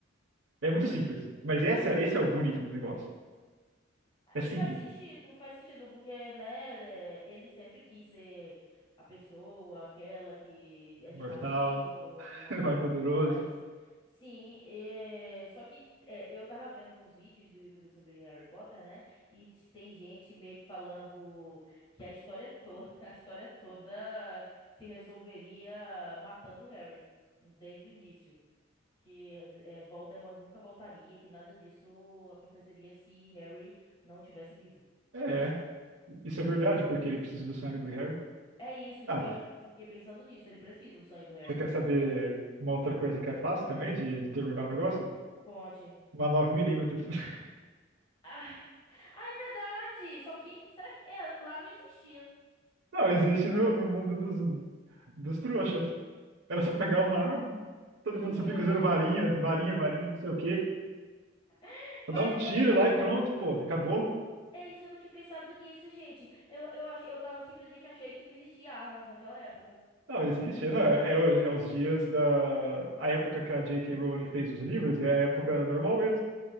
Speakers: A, on the right; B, on the left.
A: É muito simples. Mas essa, esse é o bonito do negócio.
B: Ah,
A: É simples.
B: Faz sentido, faz sentido, porque, né, é, ele sempre quis ser a pessoa, aquela que é
A: É
B: chamativo,
A: Mortal, <laughs>
B: imortal
A: mais poderoso.
B: e tudo mais. Sim, é, só que é, eu tava vendo uns vídeos do YouTube sobre Harry Potter, né? E t- tem gente meio que falando que a história toda, <laughs> a história toda se resolveria matando o Harry desde o início que é, Voldemort nunca voltaria, que nada disso aconteceria se Harry não tivesse vivo.
A: É, isso é verdade, porque ele precisa do sangue do Harry.
B: É isso
A: Ah,
B: que eu fiquei pensando nisso. Ele precisa do sangue do Harry.
A: você quer saber
B: Então,
A: uma outra coisa que é fácil também de, de terminar o negócio?
B: conte.
A: Uma nove milímetros. <laughs>
B: Ah, <laughs> ah, é verdade! Só que, será que é, lá não existia?
A: Não, existe no, no mundo dos, dos trouxas. Era só pegar
B: E,
A: uma arma. Todo
B: e
A: mundo só
B: é.
A: fica usando varinha, varinha, varinha, não sei o quê.
B: <laughs>
A: Só
B: Mas
A: dá um tiro
B: eu acho que.
A: lá e pronto, pô, acabou.
B: É isso, eu não tinha pensado nisso, gente. Eu, eu, ach, eu tava, simplesmente achei que não existia armas naquela época.
A: Não, existe.
B: É,
A: Não, é, é o- é os dias da. A época que a J.K. Rowling fez os livros é a época normal mesmo.